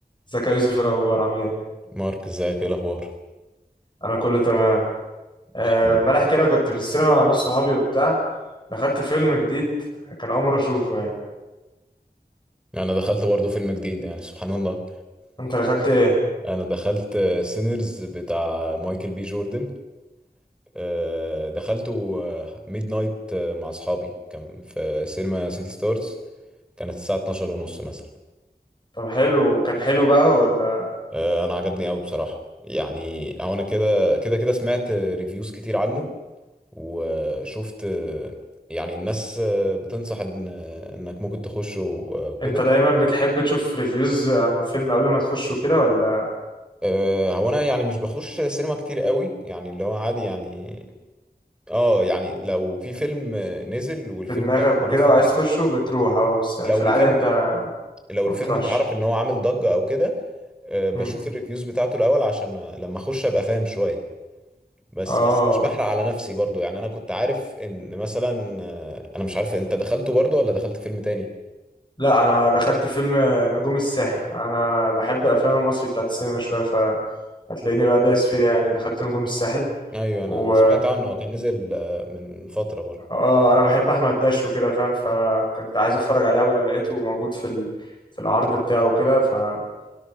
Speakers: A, on the left; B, in the centre.
A: ازيك يا يوسف ايه الاخبار عامل ايه
B: مارك ازيك ايه الاخبار
A: انا كله تمام آه،
B: الحمد
A: امبارح
B: لله
A: كده كنت في السينما مع ناس صحابي وبتاع دخلت فيلم جديد كان اول مره اشوفه يعني
B: انا دخلت برضه فيلم جديد يعني سبحان الله
A: انت دخلت ايه
B: انا دخلت سينرز بتاع مايكل بي جوردن آه، دخلته ميد نايت مع اصحابي كان في سينما سيتي ستارز كانت الساعه 12 ونص مثلا
A: طب حلو كان حلو بقى ولا
B: آه، انا عجبني قوي بصراحه يعني او انا كده كده كده سمعت ريفيوز كتير عنه وشفت آه، يعني الناس آه، بتنصح ان آه، انك ممكن تخشه وكده
A: انت دايما بتحب تشوف ريفيوز عن الفيلم قبل ما تخشه كده ولا
B: أه هو انا يعني مش بخش سينما كتير قوي يعني اللي هو عادي يعني اه يعني لو في فيلم نزل والفيلم
A: في دماغك
B: ده
A: وكده
B: معروف
A: وعايز
B: إن-
A: تخشه بتروح اه بس يعني
B: لو
A: في العاده
B: الفيلم
A: انت
B: لو
A: ما
B: الفيلم
A: بتروحش
B: اتعرف ان هو عامل ضجة او كده أه بشوف
A: امم
B: الريفيوز بتاعته الاول عشان لما اخش ابقى فاهم شوية بس
A: اه
B: بس مش بحرق على نفسي برضو يعني انا كنت عارف ان مثلا آه، انا مش عارف انت دخلته برضو ولا دخلت فيلم تاني
A: لا انا دخلت فيلم نجوم الساحل انا بحب افلام المصري بتاعت السينما شويه فهتلاقيني بقى دايس فيها يعني دخلت نجوم الساحل
B: ايوه انا
A: و
B: سمعت عنه هو كان نزل آه، من فترة برضو
A: اه انا بحب احمد داش وكده فاهم فكنت عايز اتفرج عليه اول لما لقيته موجود في ال... في العرض بتاعه وكده فقلت